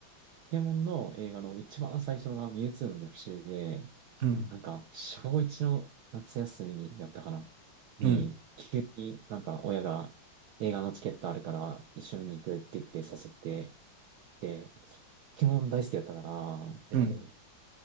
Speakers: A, on the right (about 70°); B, on the right (about 50°).
A: ケモンの映画の一番最初のミュウツーの逆襲で、
B: うん、
A: なんか、小一の夏休みだったかなに、
B: うん、
A: 急になんか親が映画のチケットあるから一緒に行くって言ってさせて、で、ポケモン大好きだったから、こ
B: うん、